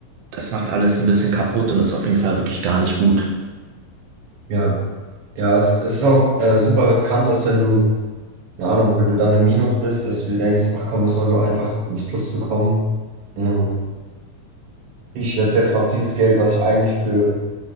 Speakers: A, on the right; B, on the right.
A: das macht alles ein bisschen kaputt und ist auf jeden Fall wirklich gar nicht gut.
B: Ja, ja, es, es ist auch äh, super riskant, dass wenn du, keine Ahnung, wenn du dann im Minus bist, dass du dir denkst, ach komm, es war so einfach ins Plus zu kommen. Mhm. Ich setze jetzt noch dieses Geld, was ich eigentlich für